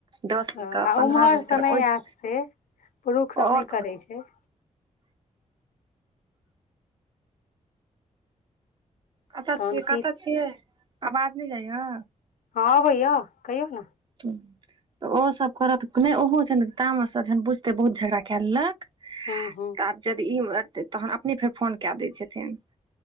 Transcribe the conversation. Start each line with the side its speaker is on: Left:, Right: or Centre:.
Right: दस बेर
Left: ह
Right: करब
Left: आ
Right: पन्द्रह
Left: उम्हर
Right: बेर
Left: से
Right: करब
Left: नै
Right: ओहिसँ
Left: ऐैत से <inaudible> पुरुख सभ
Right: आओर
Left: नै करै छै
Right: कत
Left: तहन
Right: छियै
Left: की
Right: कत छियै आवाज नै जाए
Left: हँ आबै यऽ कहियौ न
Right: <unintelligible> तऽ ओसभ करत नै ओहो जहन तामस स जहन बुझते बहुत झगड़ा कै लेलक
Left: हूँ हूँ
Right: आब जदि ई तहन अपने फेर फोन कए दै छथिन